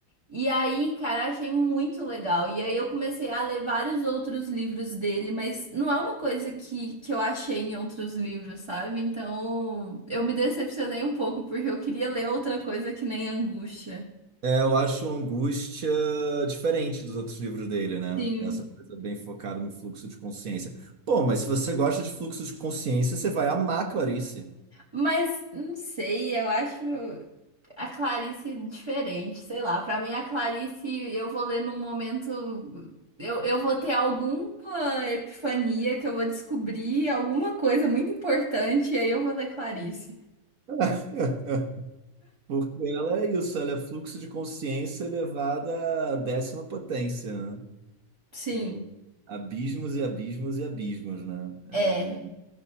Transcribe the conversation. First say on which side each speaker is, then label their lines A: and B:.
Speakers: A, on the right; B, on the right.
A: E aí, cara, achei muito legal. E aí eu comecei a ler vários outros livros dele, mas não é uma coisa que, que eu achei em outros livros, sabe? Então eu me decepcionei um pouco, porque eu queria ler outra coisa que nem Angústia.
B: É, eu acho Angústia diferente dos outros livros dele, né?
A: Sim.
B: Essa coisa bem focada no fluxo de consciência. Pô, mas se você gosta de fluxo de consciência, você vai amar Clarice.
A: Mas não sei, eu acho a Clarice diferente, sei lá. Pra mim, a Clarice eu vou ler num momento. Eu, eu vou ter alguma epifania que eu vou descobrir, alguma coisa muito importante, e aí eu vou ler Clarice.
B: <laughs> Porque ela é isso, ela é fluxo de consciência elevada à décima potência, né?
A: Sim.
B: É, abismos e abismos e abismos, né?
A: É.
B: É,